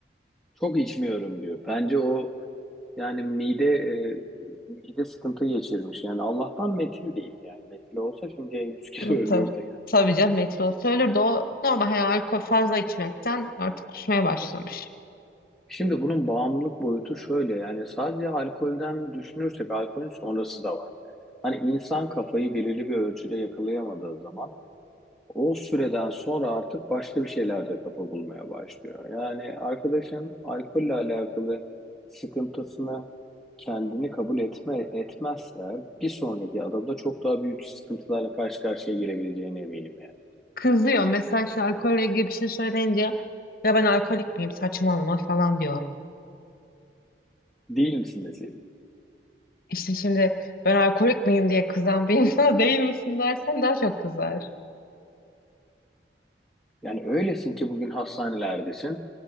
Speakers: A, in the centre; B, on the left.
A: Çok içmiyorum diyor. Bence o yani mide e, mide sıkıntı geçirmiş. Yani Allah'tan metil değil yani. Metil olsa şimdiye 100 kilo
B: Hı,
A: <laughs> ölürdü
B: tabii.
A: yani.
B: Tabii canım etil olsa ölürdü. O normal hani alkol fazla içmekten artık kusmaya başlamış.
A: Şimdi bunun bağımlılık boyutu şöyle yani sadece alkolden düşünürsek alkolün sonrası da var. Hani insan kafayı belirli bir ölçüde yakalayamadığı zaman O süreden sonra artık başka bir şeylerde kafa bulmaya başlıyor. Yani arkadaşın alkolle alakalı sıkıntısını kendini kabul etme etmezse bir sonraki adımda çok daha büyük sıkıntılarla karşı karşıya gelebileceğine eminim yani.
B: Kızıyor. Mesela işte alkolle ilgili bir şey söyleyince ya ben alkolik miyim saçmalama falan diyor.
A: Değil misin deseydim.
B: İşte şimdi ben alkolik miyim diye kızan bir insana <laughs> değil misin dersen daha çok kızar.
A: Yani öylesin ki bugün hastanelerdesin